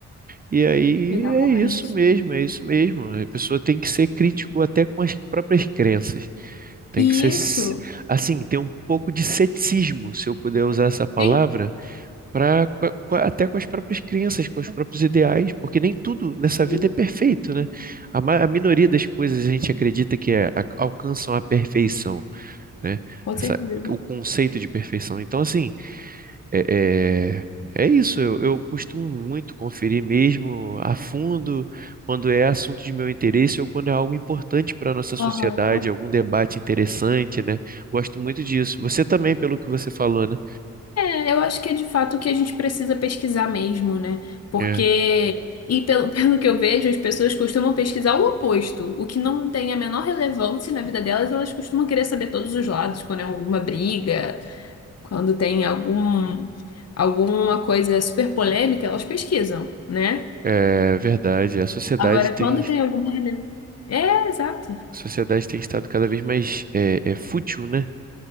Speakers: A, on the right (about 25°); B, on the left (about 50°).
A: E aí
B: exatamente.
A: é isso mesmo, é isso mesmo. A pessoa tem que ser crítico até com as próprias crenças. Tem
B: E
A: que ser, s-
B: isso
A: assim, ter um pouco de ceticismo, se eu puder usar essa palavra,
B: tem,
A: para até com as próprias crenças, com os próprios ideais, porque nem tudo nessa
B: sim,
A: vida é perfeito, né? A, ma- a minoria das coisas a gente acredita que é, a- alcançam a perfeição, né?
B: com
A: Essa-
B: certeza.
A: o conceito de perfeição. Então, assim é, é, é isso, eu, eu costumo muito conferir mesmo a fundo quando é assunto de meu interesse ou quando é algo importante para a nossa sociedade,
B: Aham.
A: algum debate interessante, né? Gosto muito disso. Você também, pelo que você falou, né?
B: É, eu acho que é de fato o que a gente precisa pesquisar mesmo, né? Porque,
A: É,
B: e pelo, <laughs> pelo que eu vejo, as pessoas costumam pesquisar o oposto. O que não tem a menor relevância na vida delas, elas costumam querer saber todos os lados, quando é alguma briga, quando tem algum, alguma coisa super polêmica, elas pesquisam, né?
A: é verdade, a sociedade
B: Agora,
A: tem,
B: quando tem alguma relevância. É, exato.
A: a sociedade tem estado cada vez mais é, é, fútil, né?